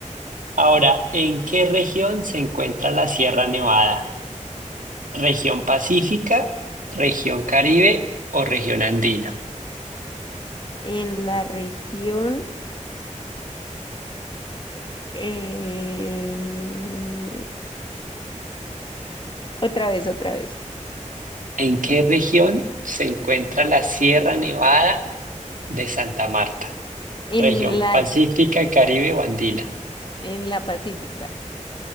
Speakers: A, on the right (about 90°); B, on the left (about 40°).
A: Ahora, ¿en qué región se encuentra la Sierra Nevada? ¿Región Pacífica, región Caribe o región Andina?
B: en la región, eh, otra vez, otra vez,
A: ¿En qué región se encuentra la Sierra Nevada de Santa Marta?
B: en
A: ¿Región
B: la,
A: Pacífica, Caribe o Andina?
B: en la Pacífica,